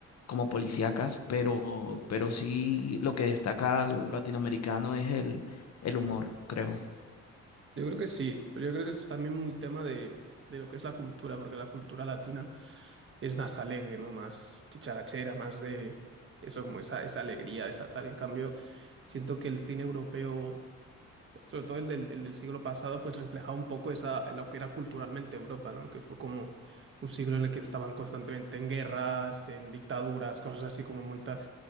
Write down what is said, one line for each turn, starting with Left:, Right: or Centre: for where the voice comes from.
Left: como policíacas, pero, pero sí lo que destaca al latinoamericano es el, el humor, creo.
Right: Yo creo que sí, pero yo creo que es también muy tema de, de lo que es la cultura, porque la cultura latina. es más alegre, ¿no? Más chicharachera, más de eso, como esa, esa alegría, esa tal. En cambio, siento que el cine europeo, sobre todo el del, el del siglo pasado, pues reflejaba un poco esa, lo que era culturalmente Europa, ¿no? Que fue como un siglo en el que estaban constantemente en guerras, en dictaduras, cosas así como muy tal.